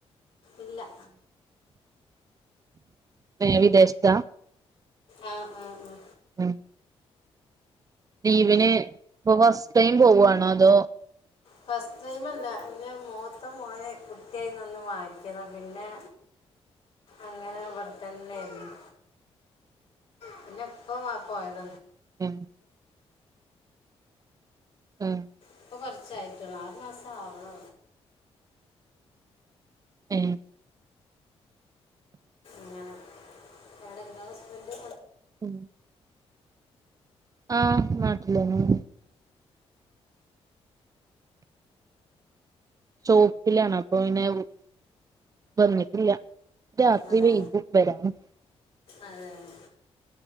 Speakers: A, on the left; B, on the right.
A: ഇല്ല
B: പിന്നെ വിദേശതാ
A: ആഹ ആഹ ആഹ
B: ഉ ലീവിന് ഇപ്പ ഫസ്റ്റ് ടൈം പോവുവാണോ അതോ
A: ഫസ്റ്റ് ടൈംല്ല ഇന്നെ മൂത്ത മോനെ കുട്ടിയായിന്നന്ന് മാറ്റിയതാ പിന്നെ അങ്ങനെ അവിടെത്തന്നെരുന്നു പിന്നെ ഇപ്പ മാ പോയത
B: ഉം ഉം
A: ഇപ്പൊ കൊറച്ചായിട്ടുള്ളൂ ആറുമാസവ്ന്നുള്ളു
B: എഏ
A: ങ്ങനെ എവിടെ ങ്ങളെ ഹസ്ബണ്ട്
B: ഉ ആഹ് നാട്ടില്ലേന്നെണ് ശോപ്പിലാണ് അപ്പൊ പിന്നെ വു വന്നിട്ടില്ല രാത്രി
A: അതെ
B: വെയ്കും വരാന്
A: അതെ അ